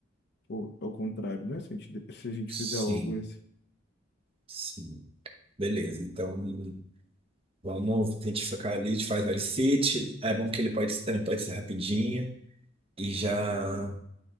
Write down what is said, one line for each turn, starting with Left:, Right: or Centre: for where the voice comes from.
Left: for ao contrário, né? Se a gente, de- se a gente
Right: Sim,
Left: fizer logo esse.
Right: sim. Beleza, então vamos tentar ficar ali, a gente faz o L-sit. É bom que ele pode, ele pode ser rapidinho e já.